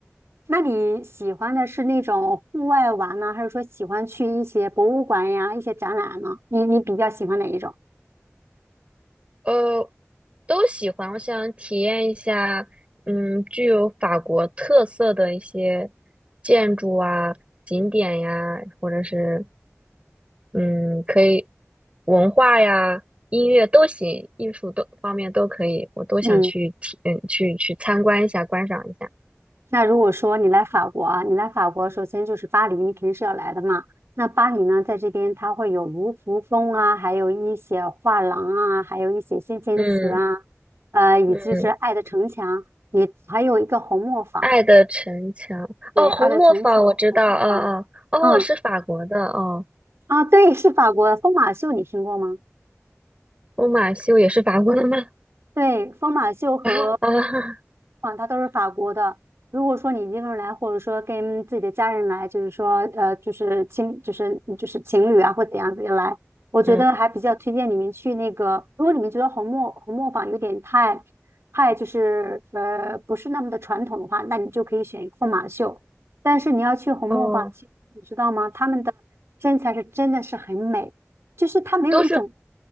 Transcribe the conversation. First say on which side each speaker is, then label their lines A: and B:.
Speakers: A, on the right (about 60°); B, on the right (about 25°).
A: 那你喜欢的是那种户外玩呢，还是说喜欢去一些博物馆呀、一些展览呢？你你比较喜欢哪一种？
B: 呃，都喜欢。我想体验一下，嗯，具有法国特色的一些建筑啊、景点呀，或者是嗯，可以文化呀、音乐都行，艺术都方面都可以，我都想去体，
A: 嗯，
B: 嗯，去去参观一下，观赏一下。
A: 那如果说你来法国啊，你来法国，首先就是巴黎，你肯定是要来的嘛。那巴黎呢，在这边它会有卢浮宫啊，还有一些画廊啊，还有一些先贤祠啊，
B: 嗯
A: 呃，以及是爱的城墙，
B: 嗯。
A: 你还有一个红磨坊，
B: 爱的城墙》哦，
A: 对，
B: 《红磨坊》我知道，
A: 爱的城墙、红磨坊，
B: 哦哦哦，
A: 嗯，
B: 是法国的哦，
A: 啊，对，是法国的疯马秀，你听过吗？
B: 《疯马秀》也是法国的吗？
A: 对，疯马秀和
B: 啊啊，
A: 嗯，它都是法国的。如果说你一个人来，或者说跟自己的家人来，就是说，呃，就是亲，就是就是情侣啊，或怎样子来，我觉得还比较推荐你们去那个。
B: 嗯，
A: 如果你们觉得红磨红磨坊有点太太就是呃不是那么的传统的话，那你就可以选疯马秀。但是你要去红磨坊，
B: 哦，
A: 其实你知道吗？他们的身材是真的是很美，就是他没有一种
B: 都是